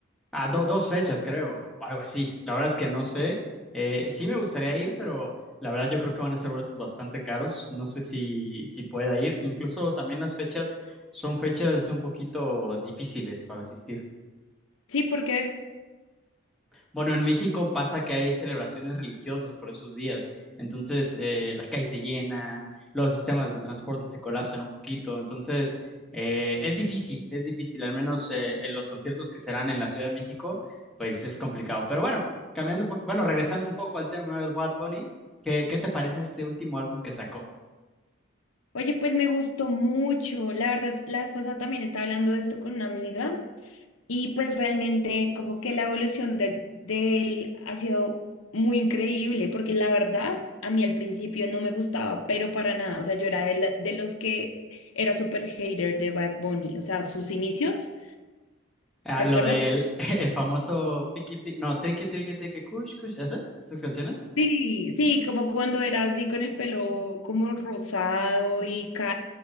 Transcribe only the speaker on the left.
Sí, ¿por qué?
Oye, pues me gustó mucho. La verdad, la vez pasada también estaba hablando de esto con una amiga y pues realmente como que la evolución de, de él ha sido muy increíble porque la verdad a mí al principio no me gustaba, pero para nada. O sea, yo era de, la- de los que era súper hater de Bad Bunny. O sea, sus inicios,
¿te
acuerdas?
Sí, sí, como cuando era así con el pelo como rosado y caro,